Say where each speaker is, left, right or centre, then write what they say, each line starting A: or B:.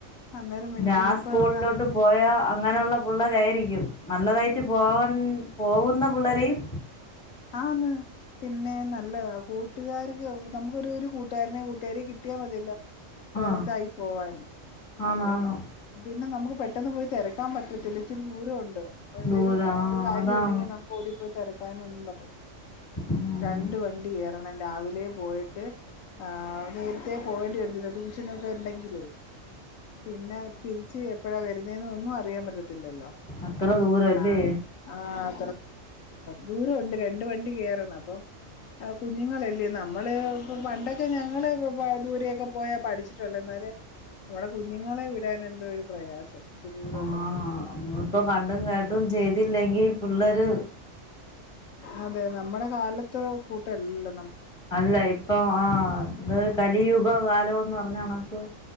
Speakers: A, on the left (about 80°); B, on the left (about 25°).
A: അന്നേരം പിന്നെ
B: ഞാൻ
A: ഇനിയിപ്പോ
B: സ്കൂളിലോട്ട്
A: നമ്മള
B: പോയാ അങ്ങനെയുള്ള പിള്ളേരായിരിക്കും നല്ലതായിട്ട് പോവാൻ പോവുന്നന്ന പിള്ളേരയും
A: ആന്ന് പിന്നേ. ന ല്ലതാ. കൂട്ടുകാർക്ക് നമുക്കൊരു ഒരു കൂട്ടുകാരനെ കൂട്ടുകാരിയെ കിട്ടിയാ മതിയല്ലോ ഇപ്പ
B: ആഹ്
A: ഇതായി പോവാന്
B: ആണാണ്
A: അപ്പൊ പിന്നെ നമുക്ക് പെട്ടെന്ന് പോയി തെര ക്കാൻ പറ്റത്തില്ല. ഇച്ചിരി ദൂരവുണ്ട്. എന്തേലും
B: ദൂരം
A: ആ
B: ആഹ്
A: ഒരു കാര്യ
B: അതാണ്
A: ഉണ്ടെങ്കിൽ നമുക്ക് ഓടിപ്പോയി തെരക്കാനൊന്നും പറ്റ്
B: ഉം
A: രണ്ട് വണ്ടി കേറണം. രാവി ലെ പോയിട്ട് ആ നേരത്തെ പോവേണ്ടി വരത്തില്ലെ ട്യൂഷനൊക്കെ ഉണ്ടെങ്കിലേ പിന്നെ തിരിച്ച് എപ്പഴാ വരുന്നേന്ന് ഒന്നും അറിയാൻ പറ്റത്തി ല്ലല്ലോ.
B: അത്ര ദൂരല്ലേ
A: ആഹ് ദൂരവുണ്ട് രണ്ട് വണ്ടി കേറണം. അപ്പം ആ കുഞ്ഞുങ്ങളല്ലേ നമ്മള് ഇപ്പ പണ്ടൊക്കെ ഞങ്ങള് ഇ ദൂരെയൊക്കെ പോയാ പഠിച്ചിട്ടുള്ളെ എന്നാ <unintelligible> നമ്മുടെ കുഞ്ഞുങ്ങളെ വിടാൻ എന്തോ ഒരു പ്രയാസം ഇച്ചിരി ദൂരോട്ടൊക്കെ
B: ആഹ് നമ്മളിപ്പോ കണ്ടും കേട്ടും ചെയ്തില്ലെങ്കി പിള്ളേര്
A: അതെ നമ്മുടെ കാലത്ത് കൂട്ടല്ല
B: അല്ല ഇപ്പൊ ആഹ് ഇന്ന് കലിയുഗ കാലോന്ന് പറഞ്ഞ കണക്ക്